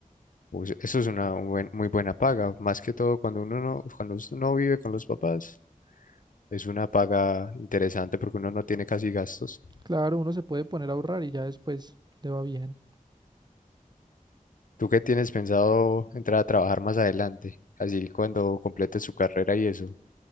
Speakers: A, on the left (about 70°); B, on the right (about 30°).
A: Pues eso es una buen- muy buena paga, más que todo cuando uno no, cuando uno no vive con los papás, es una paga interesante porque uno no tiene casi gastos.
B: Claro, uno se puede poner a ahorrar y ya después le va bien.
A: ¿Tú qué tienes pensado entrar a trabajar más adelante? Así cuando completes su carrera y eso.